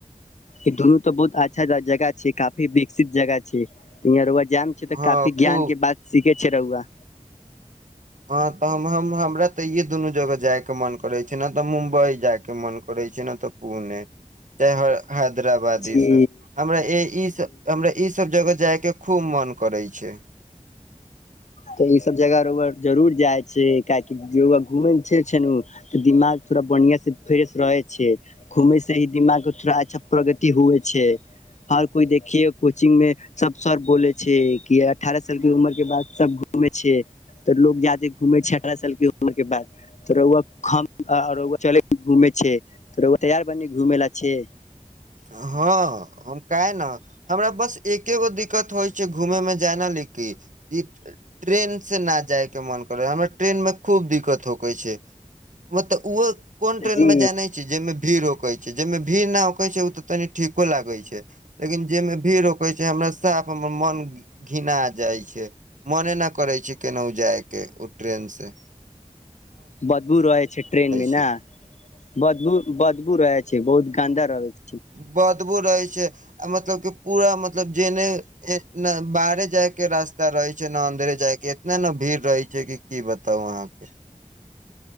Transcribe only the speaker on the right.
हँ
खूब
हँ तऽ हम हम हमरा तऽ इे दुनू जगह जाइके मन करै छै ने तऽ मुम्बइ जाइके मन करै छै ने नय त पुणे तं हैदराबाद
ई सब हमरा ई सब हमरा ई सब जगह जायके खूब मन करै छै
हँ हम काहन हमरा बस एके गो दिक्कत होइ छै घूमेयमे जाना ल की ई ट्रेन से नहि जायके मन करै हमरा ट्रेनमे खूब दिक्कत होकै छै म त उहो कोन ट्रेन
मे जान छ छै जाहिमे भीड़ रोककै छै जाहिमे भीड़ नहिकै छै तऽ तनि ठीको लागै छै लेकिन जाहिमे भीड़ रकै छै हमरा साफ हमर मन घिना जाइ छै मने नहि करै छै केनाहु जायके ओ ट्रेनसे
छी
ब बदबु रहै छै आ मतलब के पूरा मतलब जेने ने बाहरे जाय के रास्ता रहे छै ने अन्दरे जाय के इतने ने भीड़ रहै छै कि की बताउ अहाँके